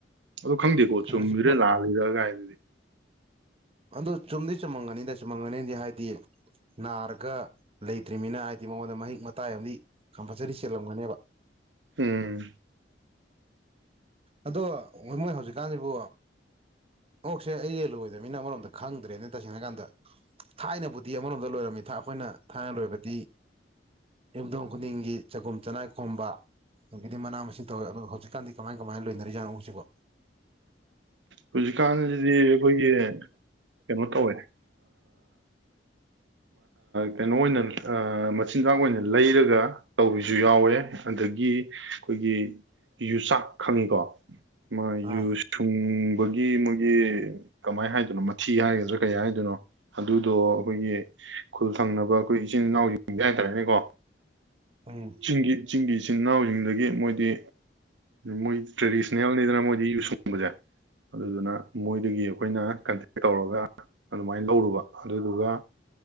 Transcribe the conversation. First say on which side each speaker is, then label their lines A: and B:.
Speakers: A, on the right; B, on the right.
A: ꯑꯣ ꯈꯪꯗꯦꯀꯣ
B: ꯀꯩꯅꯣꯁꯤꯕꯨ
A: ꯆꯨꯝꯃꯤꯔꯦ ꯂꯥ ꯂꯩꯔꯒꯥꯏꯗꯨꯗꯤ <unintelligible>
B: ꯑꯗꯨꯣ ꯆꯨꯝꯗꯤ ꯆꯨꯝꯃꯝꯒꯅꯤꯗ ꯆꯨꯝꯃꯝꯒꯅꯤꯗꯤ ꯍꯥꯏꯗꯤ ꯅꯥꯔꯒ ꯂꯩꯇ꯭ꯔꯤꯕꯅꯤꯅ ꯍꯥꯏꯗꯤ ꯃꯉꯣꯟꯗ ꯃꯍꯤꯛ ꯃꯇꯥꯏ ꯑꯃꯗꯤ ꯀꯝꯄꯜꯁꯔꯤ ꯆꯦꯜꯂꯝꯒꯅꯦꯕ
A: ꯎꯝ
B: ꯑꯗꯣ ꯑꯣ ꯃꯣꯏ ꯍꯧꯖꯤꯛꯀꯥꯟꯁꯤꯕꯨ ꯑꯣꯛꯁꯦ ꯑꯩ ꯌꯦꯂꯣꯏꯗꯕꯅꯤꯅ ꯑꯃꯣꯝ ꯑꯗ ꯈꯪꯗ꯭ꯔꯦꯅꯦ ꯇꯁꯦꯡꯅ ꯀꯥꯟꯗ ꯊꯥꯏꯅꯕꯨꯗꯤ ꯑꯃꯔꯣꯝꯗ ꯂꯣꯏꯔꯝꯃꯤꯗ ꯑꯩꯈꯣꯏꯅ ꯊꯥꯏꯅ ꯂꯣꯏꯕꯗꯤ ꯌꯨꯝꯊꯣꯡ ꯈꯨꯗꯤꯡꯒꯤ ꯆꯒꯨꯝ ꯆꯅꯥꯏ ꯈꯣꯝꯕ ꯑꯗꯒꯤꯗꯤ ꯃꯅꯥ ꯃꯁꯤꯡ ꯇꯧꯋꯦ ꯑꯣ ꯍꯧꯖꯤꯛꯀꯥꯟꯗꯤ ꯀꯃꯥꯏ ꯀꯃꯥꯏꯅ ꯂꯣꯏꯅꯔꯤꯠꯅꯣ ꯎꯁꯤꯀꯣ
A: ꯍꯧꯖꯤꯛꯀꯥꯟꯁꯤꯗꯤ ꯑꯩꯈꯣꯏꯒꯤ ꯀꯩꯅꯣ ꯇꯧꯋꯦ ꯀꯩꯅꯣ ꯑꯣꯏꯅ ꯃꯆꯤꯟꯖꯥꯛ ꯑꯣꯏꯅ ꯂꯩꯔꯒ ꯇꯧꯕꯤꯁꯨ ꯌꯥꯎꯋꯦ ꯑꯗꯒꯤ ꯑꯩꯈꯣꯏꯒꯤ ꯌꯨꯆꯥꯛ ꯈꯪꯉꯤꯀꯣ ꯃꯥ ꯌꯨ
B: ꯑꯥ
A: ꯁꯨꯡ ꯒꯤ ꯃꯣꯏꯒꯤ ꯀꯃꯥꯏꯅ ꯍꯥꯏꯗꯣꯏꯅꯣ ꯃꯊꯤ ꯍꯥꯏꯒꯗ꯭ꯔꯥ ꯀꯩ ꯍꯥꯏꯗꯣꯏꯅꯣ ꯑꯗꯨꯗꯣ ꯑꯩꯈꯣꯏꯒꯤ ꯈꯨꯜ ꯊꯪꯅꯕ ꯑꯩꯈꯣꯏ ꯏꯆꯤꯟ ꯏꯅꯥꯎ ꯌꯦꯡꯒꯦ ꯍꯥꯏꯇꯥꯔꯦꯅꯦꯀꯣ
B: ꯎꯝ
A: ꯆꯤꯡꯒꯤꯦ ꯆꯤꯡꯒꯤꯦ ꯏꯆꯤꯟ ꯏꯅꯥꯎꯁꯤꯡꯗꯒꯤ ꯃꯣꯏꯗꯤ ꯃꯣꯏ ꯇ꯭ꯔꯦꯗꯤꯁꯅꯦꯜꯅꯤꯗꯅ ꯌꯨ ꯁꯨꯡꯕꯁꯦ ꯑꯗꯨꯗꯨꯅ ꯃꯣꯏꯗꯒꯤ ꯑꯩꯈꯣꯏꯅ ꯀꯟꯇꯦꯛ ꯇꯧꯔꯒ ꯑꯗꯨꯃꯥꯏꯅ ꯂꯧꯔꯨꯕ ꯑꯗꯨꯗꯨꯒ